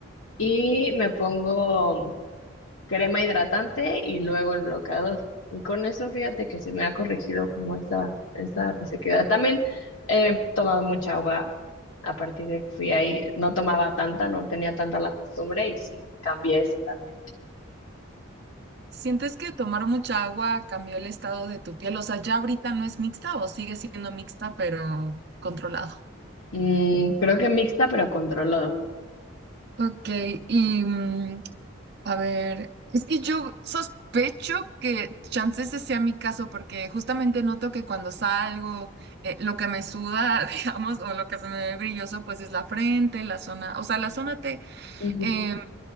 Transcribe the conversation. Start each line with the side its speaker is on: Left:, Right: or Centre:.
Left: Y me pongo crema hidratante y luego el bloqueador. Y con eso, fíjate que se me ha corregido como esa, esa resequedad. También he tomado mucha agua a partir de que fui ahí. No tomaba tanta, no tenía tanta la costumbre y sí, cambié eso también.
Right: ¿Sientes que tomar mucha agua cambió el estado de tu piel? O sea, ya ahorita no es mixta o sigue siendo mixta, pero controlado.
Left: Mm, creo que mixta, pero controlado.
Right: Ok, y mm, a ver, es que yo sospecho que chance ese sea mi caso, porque justamente noto que cuando salgo, eh, lo que me suda, <laughs> digamos, o lo que se me ve brilloso, pues es la frente, la zona, o sea, la zona T,
Left: Ujú.
Right: em,